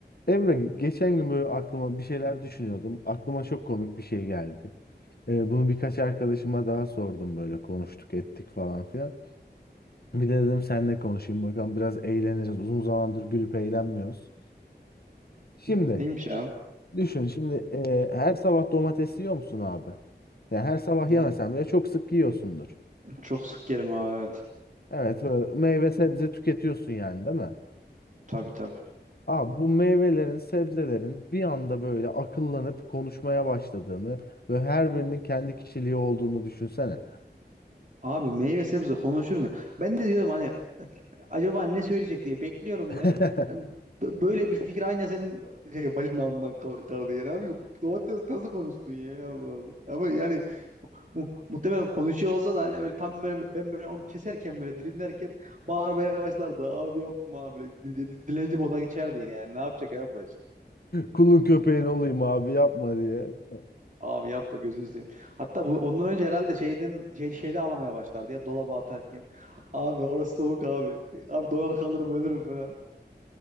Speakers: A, on the left; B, on the right.
A: Emre geçen gün böyle aklıma bir şeyler düşünüyordum. Aklıma çok komik bir şey geldi. Ee, bunu birkaç arkadaşıma daha sordum böyle konuştuk ettik falan filan. Bir de dedim seninle konuşayım bakalım biraz eğleniriz. Uzun zamandır gülüp eğlenmiyoruz. Şimdi
B: Neymiş abi?
A: düşün şimdi e, her sabah domates yiyor musun abi? Yani her sabah
B: Ay,
A: yemesen bile çok sık yiyorsundur.
B: çok sık yerim abi evet.
A: Evet böyle meyve sebze tüketiyorsun yani değil mi?
B: Tabii tabii.
A: Aa, bu meyvelerin, sebzelerin bir anda böyle akıllanıp konuşmaya başladığını ve her birinin kendi kişiliği olduğunu düşünsene.
B: Abi meyve sebze konuşur mu? Ben de diyorum hani acaba ne söyleyecek diye bekliyorum
A: <laughs>
B: ve hani b- böyle bir fikir aynı senin şey, başının altından kal- kaldı yani abi domates nasıl konuşsun ya Allah Allah. Ama yani mu- muhtemelen konuşuyor olsa da hani böyle tam böyle ben böyle onu keserken böyle dilimlerken bağırmaya başlardı abi yapma abi Böyle di- di- di- dilenci moda geçerdi yani ne yapacak abi başka.
A: Kulun köpeğin olayım abi yapma diye. <laughs>
B: Abi yapma gözünü seveyim. Hatta bu ondan önce herhalde şeyden şey şeyde ağlamaya başlardı ya dolaba atarken. Abi orası soğuk abi. Abi donar kalırım ölürüm falan.